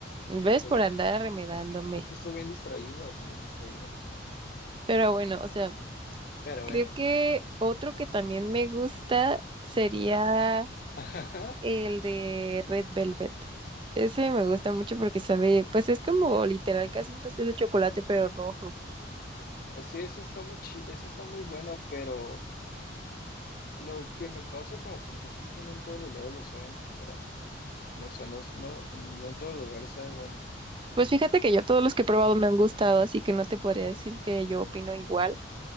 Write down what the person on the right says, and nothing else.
¿Ves?
Por
andar arremedándome.
Pero bueno, o sea,
creo
que otro que también me gusta sería
el de Red Velvet. Ese me gusta mucho porque sabe, pues es como literal casi un pastel de chocolate, pero rojo.
Pues fíjate que yo todos los que he probado me han gustado, así que no te podría decir que yo opino igual.